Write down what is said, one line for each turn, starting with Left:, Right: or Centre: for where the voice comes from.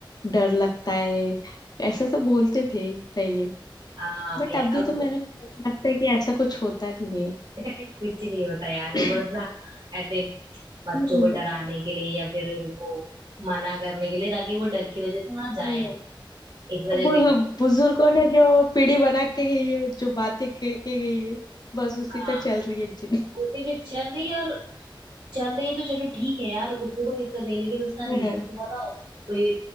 Left: डर लगता है ऐसा सब बोलते थे पहले
Right: हाँ
Left: बट
Right: यार
Left: अभी तो
Right: वो-
Left: मैंने लगता है कि ऐसा कुछ होता नहीं है
Right: अरे कुछ नहीं होता यार
Left: <clears throat>
Right: वो बस ना ऐसे बच्चों
Left: हम्म
Right: को डराने के लिए या फिर उनको मना करने के लिए ताकि वो डर की वजह से वहां जाए
Left: हम्म।
Right: ना इस वजह
Left: बुजु-
Right: से करते हैं।
Left: बुजुर्गों ने जो पीढ़ी बना के गई है जो बातें कह के गई है बस उसी
Right: हाँ
Left: पे चल रही है जिन
Right: उसी पे चल रही है और चल रही है तो चलो ठीक है यार उसमें कोई दिक्कत नहीं लेकिन उसका
Left: हम्म
Right: रीजन तो बताओ कोई